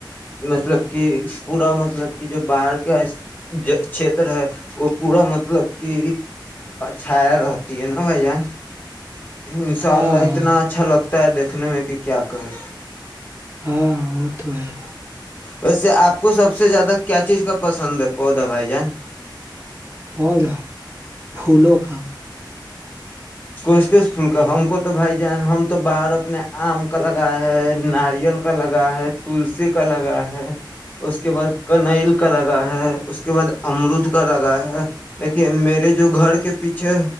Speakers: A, on the left; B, on the right.
A: مطلب کہ پورا مطلب کہ جو باہر کا چھیتر ہے وہ پورا مطلب کہ چھایا رہتی ہے نا بھائی جان انشاء
B: ہاں
A: اللہ اتنا
B: ہاں
A: ا لگتا ہے دیکھنے میں کہ کیا کہے
B: ہاں وہ تو ہے
A: ویسے آپ کو سب سے زیادہ کیا چیز کا پسند ہے پودا بھائی جان
B: پودا فولوں کا
A: ک کس پھول کا ہم کو تو بھائی جان ہم تو باہر اپنے آم کا لگا ہے ناریل کا لگا ہے تلسی کا لگا ہے اس کے بعد کنل کا لگا ہے اس کے بعد امرود کا لگا ہے لیکن میرے جو گھر کے پیچھے